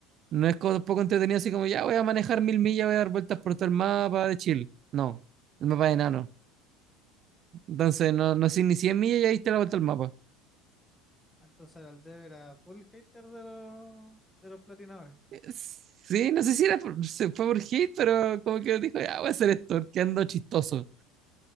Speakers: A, on the right; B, on the left.
A: No es como tampoco entretenido así como, ya voy a manejar mil millas, voy a dar vueltas por todo el mapa de Chile. No, el mapa es enano. Entonces, no, no sé ni 100 millas ya diste la vuelta al mapa.
B: Entonces, el Aldev era full hater de los, de los platinadores.
A: Sí, no sé si era por- se fue por hate, pero como que dijo, ya voy a hacer esto, que chistoso.